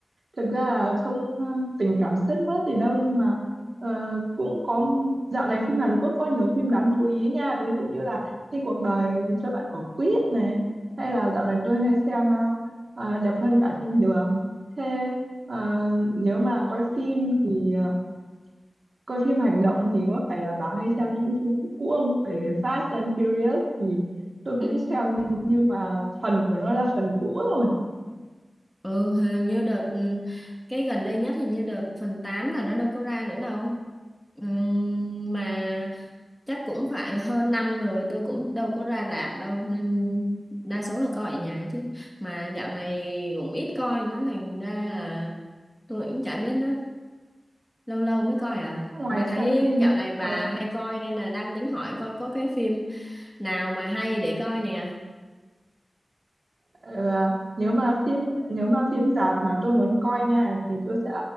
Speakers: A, on the right; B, in the centre.
A: thực ra là không ờ, tình cảm sướt mướt gì đâu nhưng mà ờ, cũng có dạo này phim Hàn Quốc có nhiều phim đáng chú ý nha ví dụ như là khi cuộc đời cho bạn quả quýt này hay là dạo này tôi hay xem ờ, ờ, đẹp hơn cả thiên đường thế ờ, nếu mà coi phim thì ờ, coi phim hành động thì có phải là bà hay xem những phim cũ cũ không? Bởi vì Fast and Furious thì tôi cũng
B: Ừ.
A: xem nhưng mà phần của nó là phần cũ rồi.
B: Ừ, hình như đợt ừ, cái gần đây nhất hình như đợt phần 8 là nó đâu có ra nữa đâu. Ừm, mà chắc cũng phải hơn năm rồi tôi cũng đâu có ra rạp đâu nên đa số là coi ở nhà chứ. Mà dạo này cũng ít coi nó thành ra là tôi cũng chả biết nó lâu lâu mới coi à
A: Thế ngoài
B: mà thấy
A: xem phim,
B: dạo này bà
A: ngoài
B: hay coi nên là đang tính hỏi coi có cái phim nào mà hay để coi nè
A: ờ, nếu mà phim nếu mà phim rạp mà tôi muốn coi nha thì tôi sẽ